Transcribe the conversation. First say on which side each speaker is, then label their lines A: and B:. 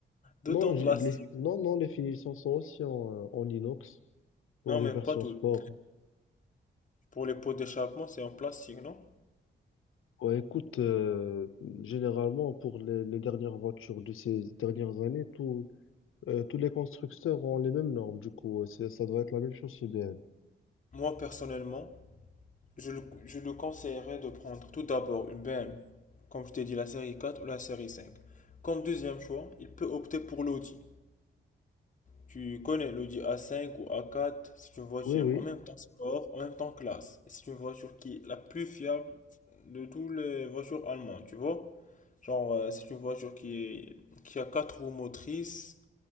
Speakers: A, on the left (about 40°); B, on the left (about 85°).
A: Tout
B: Non,
A: en
B: j'ai-
A: plastique.
B: les, non, non, les finitions sont aussi en, euh, en inox pour
A: Non,
B: les
A: mais
B: versions
A: pas tout.
B: sport.
A: Pour les pots d'échappement, c'est en plastique, non?
B: Ouais, écoute, euh, généralement, pour les, les dernières voitures de ces dernières années, tout Euh, tous les constructeurs ont les mêmes normes, du coup, euh, c'est- ça doit être la même chose chez IBM.
A: Moi, personnellement, je le, je le conseillerais de prendre tout d'abord une BM, comme je t'ai dit, la série 4 ou la série 5. Comme deuxième choix, il peut opter pour l'Audi. Tu connais l'Audi A5 ou A4, c'est une voiture
B: Oui, oui,
A: en même temps sport, en même temps classe. Et c'est une voiture qui est la plus fiable de toutes les voitures allemandes, tu vois? Genre, euh, c'est une voiture qui est- qui a quatre roues motrices,